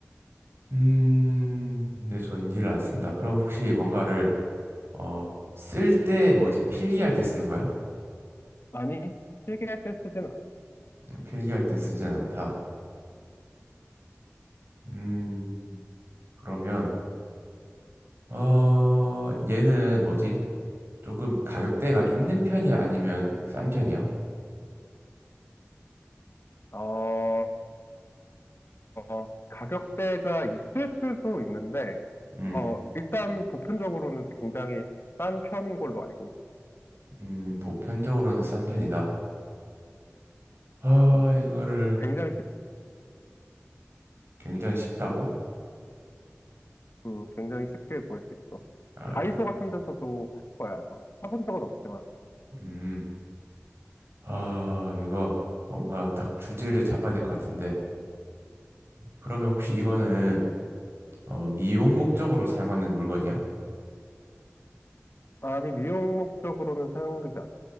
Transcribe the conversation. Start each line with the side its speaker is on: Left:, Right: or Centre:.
Right: 음, 근데 전기를 안 쓴다. 그럼 혹시 뭔가를, 어, 쓸 때, 뭐지? 필기할 때 쓰는 거야?
Left: 아니, 필기할 때 쓰진 않아.
Right: 음, 필기할 땐 쓰진 않다. 음, 그러면, 어, 얘는 뭐지? 조금 가격대가 있는 편이야? 아니면 싼 편이야?
Left: 어, 어, 가격대가 있을 수도 있는데,
Right: 음,
Left: 어, 일단 보편적으로는 굉장히 싼 편인 걸로 알고 있어.
Right: 음, 보편적으로는 싼 편이다. 아,
Left: 음,
Right: 이거를
Left: 굉장히 쉽,
Right: 굉장히 쉽다고?
Left: 음, 굉장히 쉽게 구할 수 있어.
Right: 아,
Left: 다이소 같은 데서도 팔 거야, 아마. 사본 적은 없지만.
Right: 음. 아, 이거 뭔가 딱 주제를 잡아야 될 것 같은데. 그러면 혹시 이거는 어, 미용 목적으로 사용하는 물건이야?
Left: 아니, 미용 목적으로는 사용되지 않아.